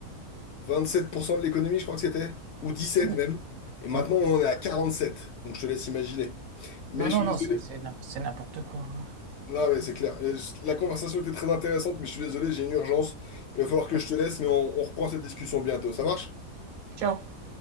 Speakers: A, on the left; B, on the right.
A: 27% de l'économie, je crois que c'était, ou 17
B: Ou-
A: même. Et maintenant,
B: ouais.
A: on en est à 47. Donc je te laisse imaginer. Mais
B: Non,
A: je
B: non,
A: suis
B: non,
A: désolé.
B: c'est c'est n'im- c'est n'importe quoi. hein.
A: Non, mais c'est clair. Et je- La conversation était très intéressante, mais je suis désolé, j'ai une urgence. Il va falloir que
B: Ok.
A: je te laisse, mais on on reprend cette discussion bientôt. Ça marche?
B: Ciao.